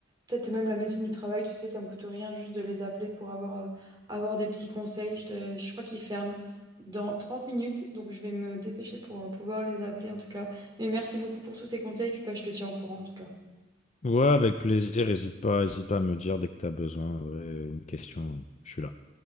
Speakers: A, on the right; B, on the left.
A: peut-être même la médecine du travail. Tu sais, ça me coûte rien juste de les appeler pour avoir euh, avoir des petits conseils. Je, te- je crois qu'ils ferment dans 30 minutes, donc je vais me dépêcher pour euh, pouvoir les appeler en tout cas. Mais merci beaucoup pour tous tes conseils, puis bah, je te tiens au courant en tout cas.
B: Ouais, avec plaisir. Hésite pas, hésite pas à me dire dès que tu as besoin, en une question. Je suis là.